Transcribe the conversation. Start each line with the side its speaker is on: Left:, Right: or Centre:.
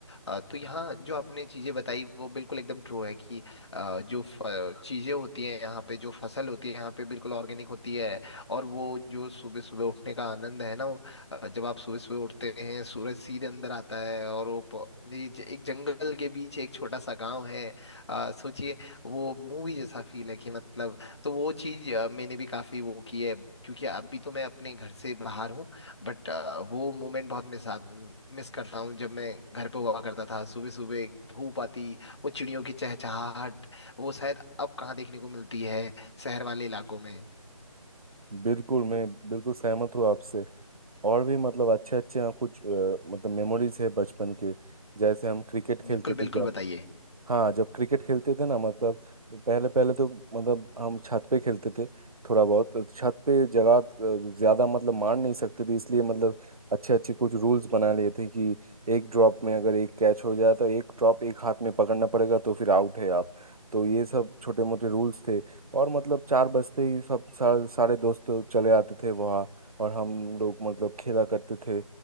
Left: अ, तो यहाँ जो आपने चीजें बताई वो बिल्कुल एकदम ट्रू है कि अ, जो फ- चीजें होती हैं यहाँ पे जो फसल होती है यहाँ पे बिल्कुल ऑर्गेनिक होती है और वो जो सुबह सुबह उठने का आनंद है ना वो अ, जब आप सुबह सुबह उठते हैं सूरज सीधे अंदर आता है और वो प- ये ज- एक जंगल के बीच एक छोटा सा गांव है अ, सोचिए वो मूवी जैसा फील है कि मतलब तो वो चीज अ, मैंने भी काफी वो की है क्योंकि अभी तो मैं अपने घर से बाहर हूँ बट वो मोमेंट बहुत मिस मिस करता हूँ जब मैं घर पे हुआ करता था सुबह सुबह धूप आती वो चिड़ियों की चहचहाहट वो शायद अब कहाँ देखने को मिलती है शहर वाले इलाकों में
Right: बिल्कुल मैं बिल्कुल सहमत हूँ आपसे और भी मतलब अच्छे अच्छे कुछ अ, मतलब मेमोरीज है बचपन के जैसे हम क्रिकेट खेलते
Left: बिल्कुल
Right: थे
Left: बिल्कुल
Right: जब
Left: बताइए
Right: हाँ जब क्रिकेट खेलते थे ना मतलब पहले पहले तो मतलब हम छत पे खेलते थे थोड़ा बहुत तो छत पे जगह अ, ज्यादा मतलब मार नहीं सकते थे इसलिए मतलब अच्छे अच्छे कुछ रूल्स बना लिए थे कि एक ड्रॉप में अगर एक कैच हो जाए तो एक ड्रॉप एक हाथ में पकड़ना पड़ेगा तो फिर आउट है आप तो ये सब छोटे मोटे रूल्स थे और मतलब चार बजते ही सब सारे सारे दोस्त चले आते थे वहाँ और हम लोग मतलब खेला करते थे